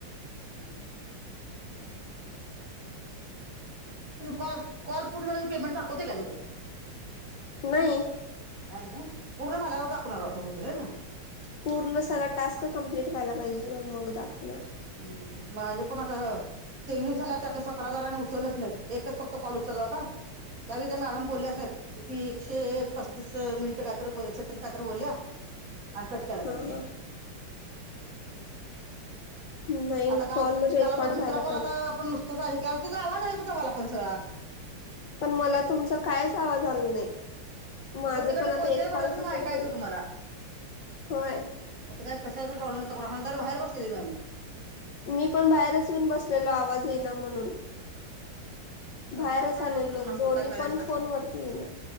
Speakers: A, on the right (about 40°); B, on the left (about 65°).
A: <unintelligible> तुझ कॉल कॉल पूर्ण पेमेंट दाखवते का तुझ.
B: नाही.
A: नाही ना. पूर्ण झाल्यावर दाखवणार बहुतेक ना?
B: पूर्ण सगळा टास्क कंप्लीट व्हायला पाहिजे ना मग दाखवणार.
A: हम्म माझेपण आता तेवीस झाला त्यातल्या सतरा जनांनी उचललाच नाही. एकच फक्त कॉल उचलला होता. त्या विथ मॅडम बोलल्याच नाहीत. किती एकशे पस्तीस मिनिटं कायत बोला सेक काहीतरी बोलल्या. आणि कट केला त्याने.
B: हा हा नाही
A: आता काल
B: कॉल रेकॉर्ड
A: काल आपला दुसरा
B: व्हायला
A: कॉल
B: पाहिजे
A: आता आपण नुसताच तुझा आवाज ऐकू येत होता मला पण सगळा.
B: पण मला तुमचा कायच आवाज आल नाही. माझं
A: गो तिकडनं
B: पण आता
A: बोलते
B: एक
A: <unintelligible>
B: कॉल कसल
A: काय ऐकायचं
B: केलं
A: तुम्हाला.
B: होय
A: मग काही कशाचा प्रॉब्लेम होतं <unintelligible> बाहेर बसलेली माने.
B: मी पण बाहेरच येऊन बसलेलो आवाज येई ना म्हणून.
A: कसं
B: बाहेरच
A: कसं काय
B: आलेलो
A: होत होतं कोणास
B: दोन्ही
A: ठाऊक काय कळेच
B: पण
A: ना
B: फोन वरती येई ना.